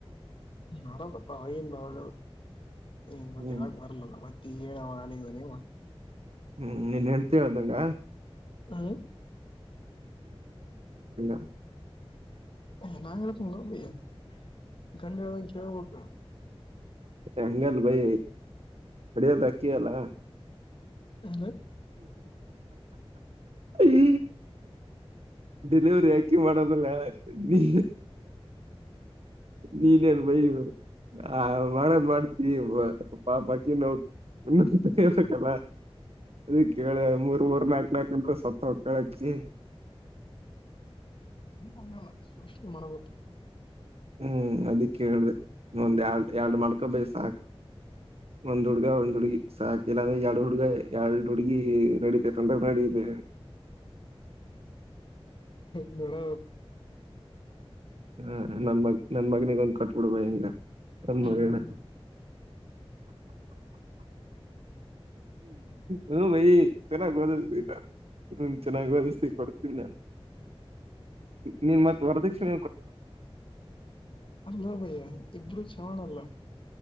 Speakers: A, on the left (about 55°); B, on the right (about 75°).
A: ನಡದಪ್ಪ ಯಿಂದಾಗ ಈ ಮತ್ತೆ
B: ಹ್ಮ್
A: ಯಾಕೆ ಬರ್ಲಲ್ಲ ಮತ್ತ ಹೇಳವ ಅಲ್ಲಿ ನೀಮ್ಮ
B: ಹ್ಮ್ ನೀನ್ ಹೆಂಡತಿ ಹೇಳ್ದಂಗ
A: ಹ್ಮ
B: ಹ
A: ಹ ನಾಂಗಡೆ ಪೊಂಗ ಬಯ್ಯಾ ಗಂಡರವ ಕೆ ಹಟ
B: ಹಂಗಲ್ಲ ಭೈ ಅಡಿಯೋದ ಅಕ್ಕಿಯಲ್ಲ
A: ಹ್ಣ
B: ಈ ಲವರಿ ಯಾಕೆ ಮಾಡೋದಲ್ಲ ನೀ ನೀನೇ ಅನ್ ಭಯ ಹ ಆ ಮಾಡದ್ ಮಾಡ್ತಿ ಪಾಪಕ್ಕಿ ನೋ ಇನ್ನ ಹೇಳ್ಬೇಕಲ್ಲ ಅದ ಕೇಳ ಮೂರ್ ಮೂರ್ ನಾಕ್ ನಾಕ ಗಂಟ ಸತ್ತ ಹಕ್ಕಳಕ್ಕಿ
A: ಅ ಸೂಷಿತ ಮರಬೇಕ
B: ಹ್ಮ್ ಅದಿಕ್ ಹೇಳೇಳ್ದ ಒಂದ್ ಎರಡು ಎರಡು ಮಾಡ್ಕೊಬೇ ಸಾಕ ಒಂದ್ ಹುಡ್ಗ ಒಂದ್ ಹುಡ್ಗಿ ಸಾಕಲ್ಲ ಅಂದ್ರೆ ಎರಡ್ ಹುಡ್ಗ ಎರಡ್ ಹುಡ್ಗಿ ನಡೀಿತ ತಂದಸಡಿಲ್ಲ
A: ನಳ
B: ಹ ನನ್ ಮಗ್ ನನ್ ಮಗನಿಗೊಂದ್ ಕಟ್ಬಿಡ್ಬ ಹಿಂಗ ಅನ್ ಮರಿಣ
A: ಹ್ಮ್
B: ಹ್ಮ ಭೈ ಚಲಾಗಟ ಹ್ಮ ಚೆನ್ನಾಗಿ ಅದತಿ ಕೊಡ್ತೀನಿ ನಾನನ್ ನೀನ್ ಮತ್ ವರದಕ್ಷಣ
A: ಅಲ್ಲಾ ಭಯ್ಯ ಇಬ್ಬರು ಚವಣ ಅಲ್ಲ